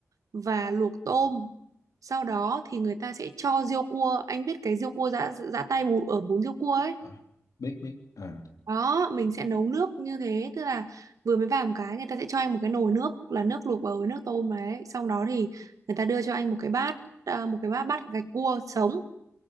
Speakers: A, on the right; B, on the left.
A: và luộc tôm sau đó thì người ta sẽ cho riêu cua anh biết cái riêu cua giã giã tay bù, ở bún riêu cua ấy
B: à, biết biết à,
A: đó mình sẽ nấu nước như thế tức là vừa mới vào một cái người ta sẽ cho anh một cái nồi nước là nước luộc bầu với nước tôm đấy xong đó thì người ta đưa cho anh một cái bát à, một cái bát bát gạch cua sống